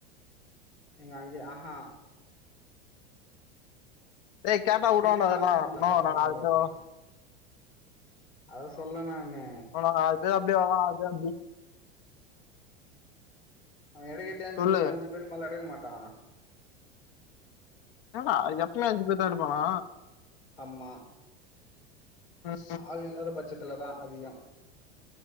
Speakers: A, on the left; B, on the left.
A: நீங்க அங்கே அஹா
B: ஏய் கேட்டா வுடுவாண்டா
A: திருப்பி
B: அதெல்லா
A: காலேஜ் போனோல்ல,
B: இன்னு
A: அத
B: ஒரு
A: பாக்கணுல்ல
B: நாலு பே
A: பக்கம். அத
B: ஆ
A: சொல்ல நானு.
B: ஆனா நாலு பேர் அப்டியே வன்னா ஆறு பேர் அப்டி
A: அவ எடக்கட்டே அஞ்சு
B: சொல்லு
A: பேர்தா அஞ்சு பேர்க்கு‌ மேல‌ எடுக்க‌ மாட்டா
B: என்னடா எப்பமே அஞ்சு பேர்தா எடுப்பானா
A: அம்மா
B: ம்,
A: ஆள் இல்லாத பட்சத்துலதா அதியு